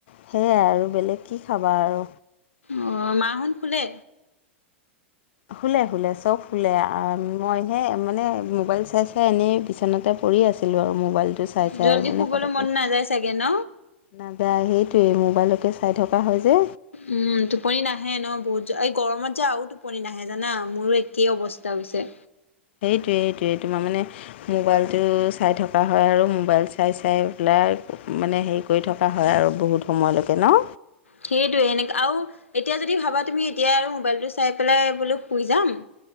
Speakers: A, on the left; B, on the left.
A: সেয়াই আৰু বেলেগ কি খাবা আৰু।
B: অঁ মাহঁত শুলে?
A: শুলে শুলে চব শুলে, মইহে মানে মোবাইল চাই চাই এনেই বিচনাতে পৰি আছিলোঁ আৰু মোবাইলটো চাই চাই
B: জল্দি
A: আৰু মানে
B: শুবলৈ
A: পটককৈ
B: মন নাযায় চাগে ন?
A: নাযায় সেইটোৱে মোবাইলকে চাই থকা হয় যে।
B: উম টোপনি নাহে ন বহুত এই গৰমত যে আৰু টোপনি নাহে জানা মোৰো একেই অৱস্থা হৈছে।
A: সেইটোৱে সেইটোৱে তোমাৰ মানে মোবাইলটো চাই থকা হয় আৰু মোবাইল চাই চাই পেলাই মানে হেৰি কৰি থকা হয় আৰু বহুত সময়লৈকে ন?
B: সেইটোৱে এনে আৰু এতিয়া যদি ভাবা তুমি এতিয়া আৰু মোবাইলটো চাই পেলাই বোলো শুই যাম